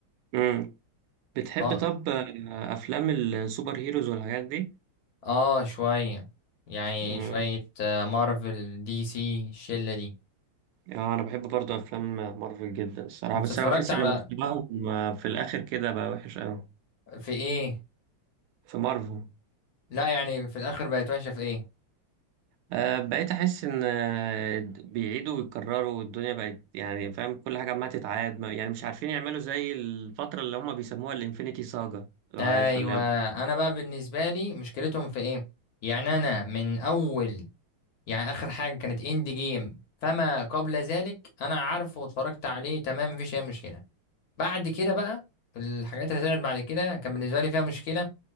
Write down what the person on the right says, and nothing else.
امم بتحب
طب آه، افلام السوبر هيروز والحاجات دي
امم
اه انا بحب برضو افلام مارفل جدا الصراحه
بس
انا بحس
ان مستواهم آه، في الاخر كده بقى وحش قوي
في مارفل
آه بقيت احس ان آه، بيعيدوا ويكرروا والدنيا بقت يعني فاهم كل حاجه عماله تتعاد ما- يعني مش عارفين يعملوا زي الفتره اللي هم بيسموها الانفينيتي ساجا لو
عارفها اللي هي